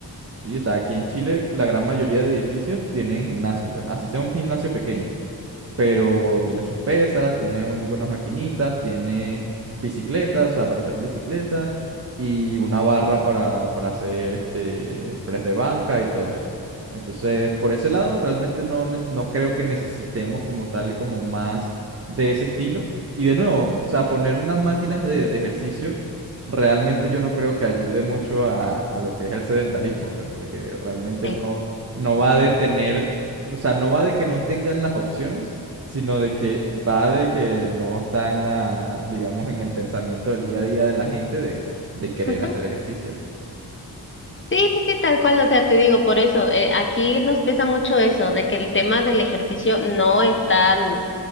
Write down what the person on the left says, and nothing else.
Sí,
ujú.
sí, sí, sí, tal cual, o sea, te digo, por eso, eh, aquí nos pesa mucho eso, de que el tema del ejercicio no es tan,